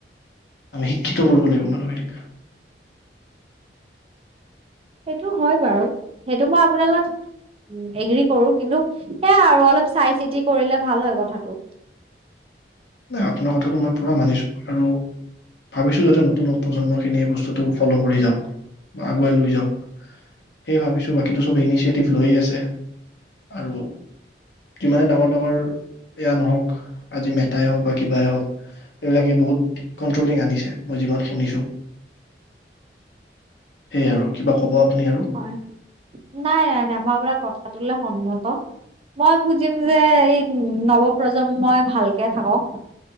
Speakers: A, on the left; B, on the right.
A: আমি শিক্ষিত কৰিব লাগিব মানুহখিনিক
B: সেইটো হয় বাৰু সেইটো মই আপোনাৰ লগত এগ্ৰী কৰোঁ। কিন্তু সেয়া আৰু অলপ চাই চিতি কৰিলে ভাল হয় কথাটো
A: নাই আপোনাৰ কথাটো মই পোৰা মানিছো আৰু ভাবিছোঁ যাতে নতুন প্ৰজন্ম খিনিয়ে বস্তুটো ফ'ল' কৰি যাওঁক বা আগুৱাই লৈ যাওঁক সেই ভাবিছোঁ বাকীটো চব ইনিচিয়েটিভ লৈয়ে আছে। আৰু যিমানে ডাঙৰ ডাঙৰ এয়া নহওঁক আজি হওঁক বা কিবাই হওঁক এইবিলাকে বহুত কন্ট্ৰলিং আনিছে মই যিমান শুনিছোঁ। সেই আৰু কিবা ক'ব আপুনি আৰু
B: হয় নাই নাই নাই মই আপোনাৰ কথাটোলে সন্মত ত মই বুজিম যে এই উ নৱ প্ৰজন্মই ভালকে থাকক